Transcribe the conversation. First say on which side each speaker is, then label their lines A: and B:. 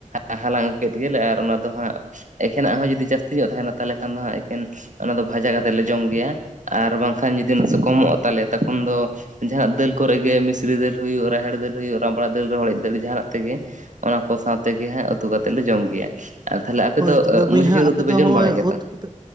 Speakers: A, on the right; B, on the right.
A: ᱦᱟ-ᱦᱟᱞᱟᱝ ᱟᱹᱜᱩ ᱠᱮᱫ ᱜᱮᱞᱮ ᱟᱨ ᱚᱱᱟ ᱫᱚ ᱦᱟᱸᱜ ᱮᱠᱷᱮᱱᱟᱜ ᱦᱚᱸ ᱡᱩᱫᱤ ᱡᱟᱹᱥᱛᱤ ᱧᱚᱜ ᱛᱟᱦᱮᱱᱟ ᱛᱟᱦᱚᱞᱮ ᱠᱷᱟᱱ ᱫᱚ ᱦᱟᱸᱜ ᱮᱠᱮᱱ ᱚᱱᱟ ᱫᱚ ᱵᱷᱟᱡᱟ ᱠᱟᱛᱮᱫ ᱞᱮ ᱡᱚᱢ ᱜᱮᱭᱟ ᱾ ᱟᱨ ᱵᱟᱝᱠᱷᱟᱱ ᱡᱩᱫᱤ ᱱᱟᱥᱮ ᱠᱚᱢᱚᱜᱼᱟ ᱛᱟᱞᱮᱭᱟ ᱛᱚᱠᱷᱚᱱ ᱫᱚ ᱡᱟᱦᱱᱟᱜ ᱫᱟᱹᱞ ᱠᱚᱨᱮ ᱜᱮ ᱢᱮ ᱥᱨᱤ ᱫᱟᱹᱞ ᱦᱩᱭᱩᱜ, ᱨᱟᱦᱮᱲ ᱫᱟᱹᱞ ᱦᱩᱭᱩᱜ, ᱨᱟᱢᱵᱲᱟ ᱫᱟᱹᱞ ᱨᱮᱦᱚᱸ ᱦᱚᱲᱮᱡ ᱫᱟᱹᱞ ᱡᱟᱦᱟᱱᱟᱜ ᱛᱮᱜᱮ ᱾ ᱚᱱᱟ ᱠᱚ ᱥᱟᱶᱛᱮᱜᱮ ᱦᱟᱸᱜ ᱩᱛᱩ ᱠᱟᱛᱮᱫ ᱞᱮ ᱡᱚᱢ ᱜᱮᱭᱟ ᱾ ᱟ ᱛᱟᱦᱞᱮ ᱟᱯᱮ
B: ᱦᱳᱭ
A: ᱫᱚ
B: ᱛᱚᱵᱮ ᱵᱚᱭᱦᱟ
A: ᱢᱩᱪᱤ ᱪᱷᱩᱨᱤ
B: ᱟᱯᱮ
A: ᱩᱫ ᱫᱚᱯᱮ
B: ᱫᱚ
A: ᱡᱚᱢ
B: ᱦᱚᱸᱜᱼᱚᱭ
A: ᱵᱟᱲᱟᱭ ᱜᱮᱭᱟ
B: ᱩᱫ
A: ᱛᱚ?
B: ᱠᱚᱯᱮ